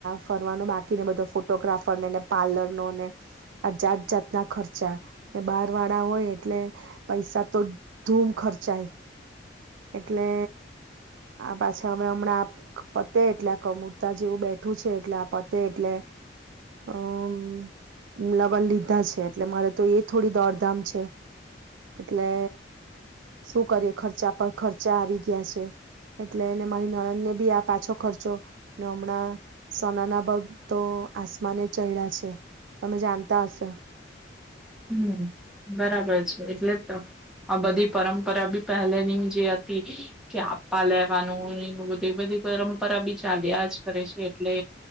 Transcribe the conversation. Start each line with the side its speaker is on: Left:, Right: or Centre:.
Right: ફરવાનો બાકીને બધો ફોટોગ્રાફરનેને પાર્લર નો ને આ જાત જાતના ખર્ચા એ બહાર વાળા હોય એટલે પૈસા તો ધૂમ ખર્ચાય એટલે આ પાછા હવે હમણાં પતે એટલે આ કમૂરતા જેવું બેઠું છે એટલે આ પતે એટલે અમ લગન લીધા છે એટલે મારે તો એ જ થોડી દોડધામ છે એટલે શું કરીએ ખર્ચા પર ખર્ચા આવી ગયા છે એટલે મારી નણદને બી આ પાછો ખર્ચો ને હમણાં સોનાના બળ તો આસમાને ચય્યા છે તમે જાણતા હશે.
Centre: હમ બરાબર છે એટલે આ બધી પરંપરા બી પહેલેની જે હતી કે આપવા લેવાનું બધી બધી પરંપરા બી ચાલ્યા જ કરે છે એટલે